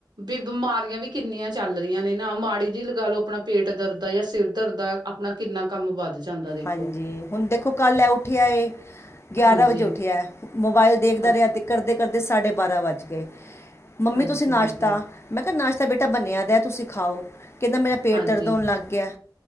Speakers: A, on the right; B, on the left.
A: ਵੀ ਬਿਮਾਰੀਆਂ ਵੀ ਕਿੰਨੀਆਂ ਚੱਲ ਰਹੀਆਂ ਨੇ ਨਾ, ਮਾੜੀ ਜਿਹੀ ਲਗਾ ਲਓ ਆਪਣਾ ਪੇਟ ਦਰਦ ਆ ਜਾਂ ਸਿਰ ਦਰਦ ਆ ਆਪਣਾ ਕਿੰਨਾ ਕੰਮ ਵੱਧ ਜਾਂਦਾ ਦੇਖੋ
B: ਹਾਂਜੀ, ਹੁਣ ਦੇਖੋ ਕੱਲ ਹੈ ਉੱਠਿਆ ਏ ਗਿਆਰਾਂ
A: ਹਾਂਜੀ
B: ਵਜੇ ਉੱਠਿਆ, ਮੋਬਾਇਲ ਦੇਖਦਾ
A: ਅ-
B: ਰਿਹਾ ਤੇ ਕਰਦੇ ਕਰਦੇ ਸਾਡੇ ਬਾਰਾਂ ਵੱਜ ਗਏ, ਮੰਮੀ
A: ਹਾਂਜੀ
B: ਤੁਸੀਂ ਨਾਸ਼ਤਾ
A: ਹਾਂਜੀ
B: ਮੈਂ ਕਿਹਾ ਨਾਸ਼ਤਾ ਬੇਟਾ ਬਣਿਆ ਦਾ ਤੁਸੀਂ ਖਾਓ, ਕਿੰਦਾ ਮੇਰਾ ਪੇਟ
A: ਹਾਂਜੀ
B: ਦਰਦ ਹੋਣ ਲੱਗ ਗਿਆ